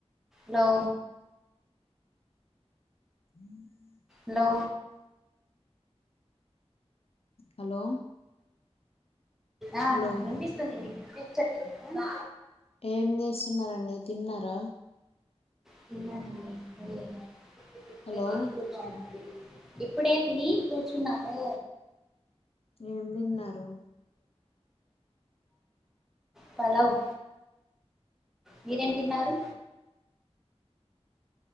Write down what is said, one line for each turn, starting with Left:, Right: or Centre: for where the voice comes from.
Centre: హాలో
Left: హ
Centre: హలో
Left: హలో
Centre: ఆ
Left: హలో
Centre: నాకు వినిపిస్తుంది మీకు వినిపించుట లేదా
Left: ఏం చేస్తున్నారు అండి తిన్నారా
Centre: తిన్ననండి ఇప్పుడే
Left: హలో
Centre: ఇప్పుడే తిని కూర్చున్నా ఇప్పుడే తిని కూర్చున్నాను
Left: ఏం తిన్నారు
Centre: పలావ్ మీరేం తిన్నారు